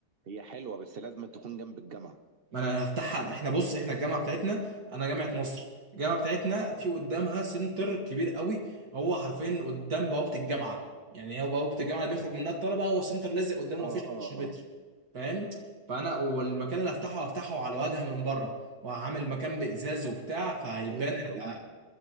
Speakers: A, on the right; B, on the right.
A: هي حلوه بس لازم أن تكون جنب الجامعه
B: ما انا هفتحها احنا بص احنا الجامعه بتاعتنا انا جامعه مصر الجامعه بتاعتنا في قدامها سنتر كبير قوي هو حرفيا قدام بوابه الجامعه يعني هو بوابه الجامعه اللي بيخرج منها الطلبه هو سنتر لازق قدامه
A: اه
B: مفيش
A: اه
B: 10
A: اه
B: متر فاهم فانا والمكان اللي هفتحه هفتحه على واجهه من بره وهعمل مكان بازاز وبتاع فهيبان
A: هيبقى
B: ال...
A: كويس